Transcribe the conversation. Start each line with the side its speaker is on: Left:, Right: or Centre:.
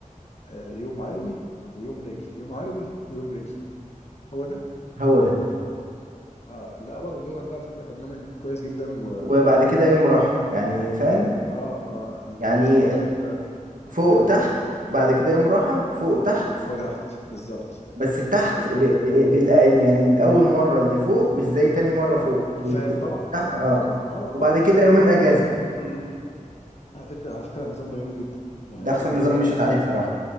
Left: آه، يوم علوي ويوم رجل يوم علوي ويوم رجل هو ده
Right: هو ده
Left: اه الابر واللور ده على فكره برنامج كويس جدا و
Right: وبعد كده يوم راحة يعني فاهم
Left: ايوه اه اه ال-
Right: يعني
Left: النظام ده على فكره
Right: فوق
Left: يعني
Right: تحت بعد كده يوم راحة فوق تحت
Left: فوق تحت بالظبط
Right: بس التحت
Left: فاهم
Right: ب- بالأقل يعني الأول مرة اللي فوق مش زي تاني مرة فوق والتحت
Left: فاهم طبعا
Right: اه
Left: فاهم طبعا اه
Right: وبعد
Left: اه
Right: كده
Left: فاهم
Right: يومين أجازة
Left: <clears throat> على فكره على فكره النظام ده جميل جدا يعني
Right: ده
Left: النظام
Right: أحسن نظام
Left: ده
Right: مشيت عليه بصراحة